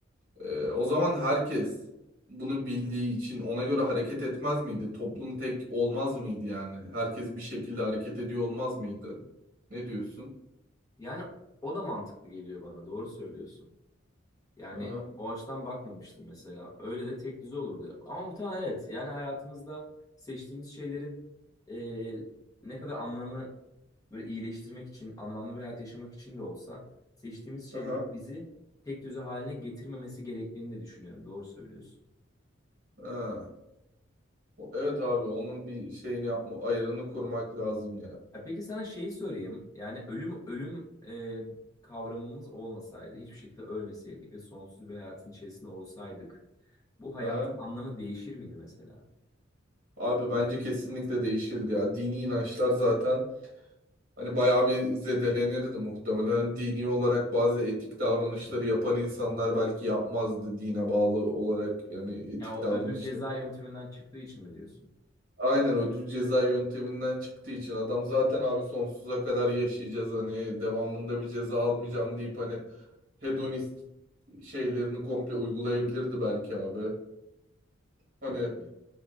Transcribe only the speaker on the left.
Yani o da mantıklı geliyor bana doğru söylüyorsun. Yani
o açıdan bakmamıştım mesela. Öyle de tek düze olurdu. Ama muhtemelen evet. Yani hayatımızda seçtiğimiz şeylerin eee, ne kadar anlamı böyle iyileştirmek için, anlamlı bir hayat yaşamak için de olsa seçtiğimiz şeylerin
bizi tek düze haline getirmemesi gerektiğini de düşünüyorum. Doğru söylüyorsun.
Ha, peki sana şeyi sorayım. Yani ölüm ölüm eee, kavramımız olmasaydı, hiçbir şekilde ölmeseydik ve sonsuz bir hayatın içerisinde olsaydık, bu hayatın
anlamı değişir miydi mesela?
Ya o
ödül ceza yönteminden çıktığı için mi diyorsun?
Doğru.